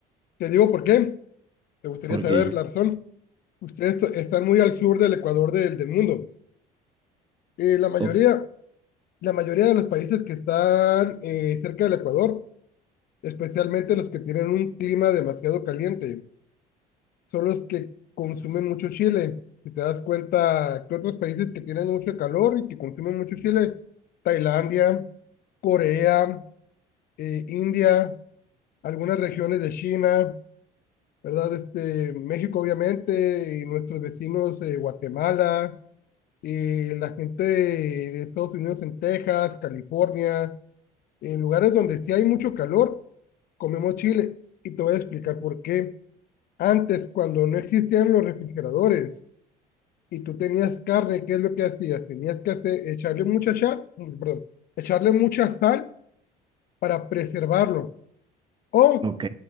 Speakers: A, on the left; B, on the right.
A: Te digo por qué, te gustaría
B: porque,
A: saber la razón. Ustedes to- están muy al sur del Ecuador del, del mundo. Eh, la mayoría,
B: ok,
A: la mayoría de los países que están eh, cerca del Ecuador, especialmente los que tienen un clima demasiado caliente, son los que consumen mucho chile. Si te das cuenta que otros países que tienen mucho calor y que consumen mucho chile, Tailandia, Corea, eh, India, algunas regiones de China, ¿verdad? Este, México, obviamente, y nuestros vecinos, eh, Guatemala, eh, la gente de, de Estados Unidos en Texas, California, en lugares donde sí hay mucho calor, comemos chile. Y te voy a explicar por qué. Antes, cuando no existían los refrigeradores, y tú tenías carne, ¿qué es lo que hacías? Tenías que hacer, echarle mucha sal, perdón, echarle mucha sal para preservarlo. O
B: ok,